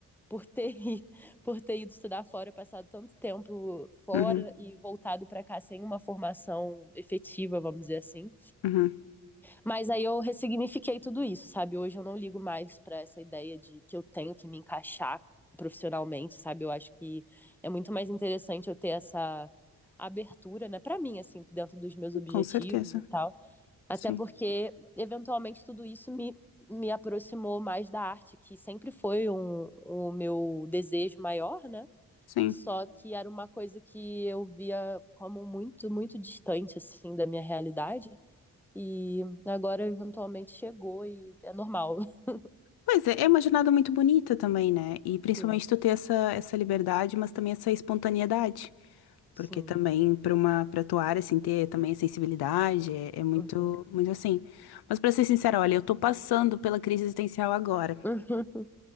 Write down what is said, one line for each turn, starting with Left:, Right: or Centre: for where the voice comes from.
Centre: por ter, <laughs> por ter ido estudar fora, passado tanto tempo fora
Left: Uhum,
Centre: e voltado para cá sem uma formação efetiva, vamos dizer assim.
Left: uhum,
Centre: Mas aí eu ressignifiquei tudo isso, sabe? Hoje eu não ligo mais para essa ideia de que eu tenho que me encaixar profissionalmente, sabe? Eu acho que é muito mais interessante eu ter essa abertura, né, para mim assim, dentro dos meus objetivos
Left: com certeza.
Centre: e tal. Até
Left: Sim,
Centre: porque, eventualmente, tudo isso me, me aproximou mais da arte, que sempre foi um, o meu desejo maior, né?
Left: sim.
Centre: Só que era uma coisa que eu via como muito, muito distante, assim, da minha realidade. E agora, eventualmente, chegou e é normal. <laughs>
Left: Pois é, é uma jornada muito bonita também, né? E principalmente
Centre: Sim,
Left: tu ter essa, essa liberdade, mas também essa espontaneidade.
Centre: sim.
Left: Porque também para uma para tua área assim ter também a sensibilidade é, é muito
Centre: Uhum.
Left: muito assim. Mas para ser sincera, olha, eu tô passando pela crise existencial agora.
Centre: Uhum.